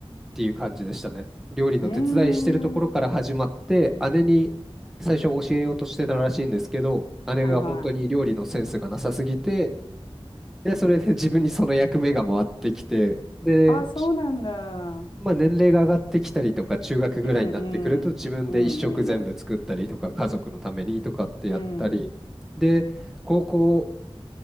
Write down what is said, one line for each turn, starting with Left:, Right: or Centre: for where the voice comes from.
Centre: ていう感じでしたね。料理の手伝いしてるところから始まって姉に最初教えようとしてたらしいんですけど姉が本当に料理のセンスがなさすぎて
Left: うーん。はいはい。
Centre: でそれで自分にその役目が回ってきてで
Left: あ、そうなんだ。
Centre: まあ、年齢が上がってきたりとか、中学ぐらいになってくると、
Left: うんうん。
Centre: 自分で一食全部作ったりとか、
Left: うんうん。
Centre: 家族のためにとかってやったり、
Left: うん。
Centre: で、高校、